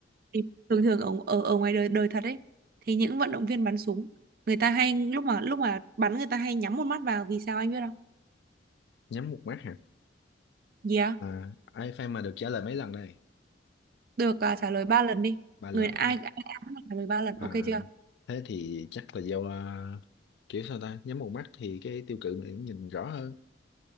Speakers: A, on the right; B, on the left.
A: thì thường thường ở, ở ở ngoài đời đời thật ấy thì những vận động viên bắn súng người ta hay lúc mà lúc mà bắn người ta hay nhắm một mắt vào vì sao anh biết không
B: nhắm một mắt hả?
A: gì á
B: À, ai fan mà được trả lời mấy lần đây?
A: được ờ, trả lời ba lần đi
B: Ba lần
A: người ai
B: đúng không?
A: ai ai cũng được trả lời ba lần
B: À,
A: ok chưa
B: thế thì chắc là do à, kiểu sao ta? Nhắm một mắt thì cái tiêu cự mình nhìn rõ hơn.